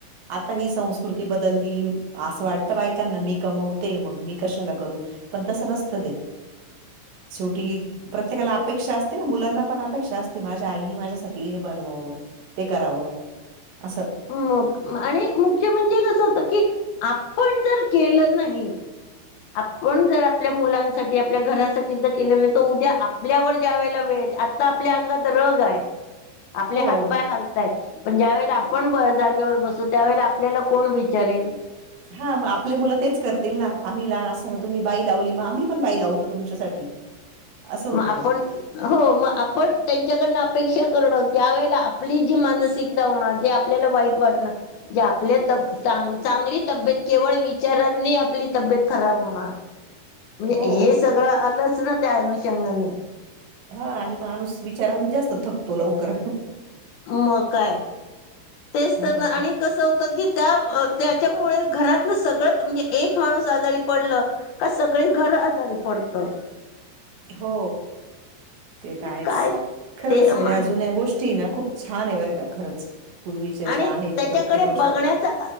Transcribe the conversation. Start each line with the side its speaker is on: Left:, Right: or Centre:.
Right: आता ही संस्कृती बदलली. असं वाटतं बायकांना मी कमवते मग मी कशाला करू पण तसं नसतं ते शेवटी प्रत्येकाला अपेक्षा असते. तेन मुलांना पण अपेक्षा असते. माझ्या आईनी माझ्यासाठी हे बनवावं ते करावं. असं
Left: मग आणि मुख्य म्हणजे कसं होतं की आपण जर केलं नाही. आपण जर आपल्या मुलांसाठी आपल्या घरासाठी जर केलं नाही तर उद्या आपल्यावर जा्या वळेला वेळे येते. ता आपल्या अंगात रग आहे. आपले
Right: हो.
Left: हातपाय हालतायत पण ज्यावेेळेला आपण जागेवर बसू त्यावेळेला आपल्याला कोण विचारेन?
Right: हा मग आपले मुलं तेच करतील ना आम्ही लहान असताना तुम्ही बाई लावली म आम्ही पण बाई लावतो तुमच्यासाठी. असं होतं
Left: म आपण
Right: ते
Left: हो मग आपण त्यांच्याकडनं अपेक्षा करणं ज्या वेळेला आपली जी मानसिक ता होणार जे आपल्याला वाईट वाटणं जे आपल्या तब चांग चांगली तब्येत केवळ विचारांनी आपली तब्येत खराब होणार. म्हणजे
Right: हो
Left: हे सगळं आलंच ना त्या अनुषंगाने.
Right: हा आणि माणूस विचाराने जास्त थकतो लवकर.
Left: मग काय तेच
Right: मग
Left: तर ना आणि कसं होत की त्या अ त्याच्यामुळे घरातलं सगळंच म्हणजे एक माणूस आजारी पडलं का सगळे घर आजारी पडतं.
Right: हो ते तर आहेच
Left: काय
Right: खरंच
Left: ते
Right: ह्या जुन्या गोष् टी ना खूप छान आहे बरं का खरंच. पूर्वीच्या
Left: आणि
Right: ज्या आहेत
Left: त्याच्याकडे
Right: प्रत्येक गोष्ट
Left: बघण्याचा